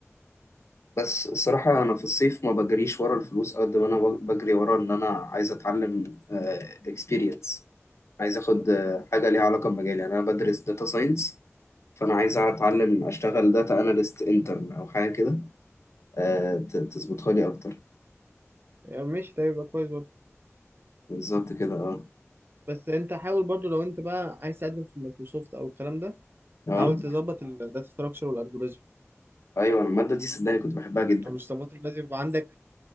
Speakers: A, on the left (about 65°); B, on the right (about 45°).
A: بس الصراحة أنا في الصيف ما بجريش ورا الفلوس قد ما أنا بجري ورا إن أنا عايز أتعلم اكسبيرينس عايز أخد آه، حاجة ليها علاقة بمجالي يعني أنا بدرس داتا ساينس فأنا عايز أتعلم أشتغل داتا أناليست انترن أو حاجة كده آه، ت- تظبطها لي أكتر
B: آه، ماشي ده يبقى كويس برضه
A: بالظبط كده أه
B: بس انت حاول برضه لو انت بقى عايز تقدم في مايكروسوفت او الكلام ده
A: أه
B: حاول تظبط الداتا ستراكشر والالجوريزم
A: أيوه أنا المادة دي صدقني كنت بحبها جدا
B: او مش تظبط لازم يبقى عندك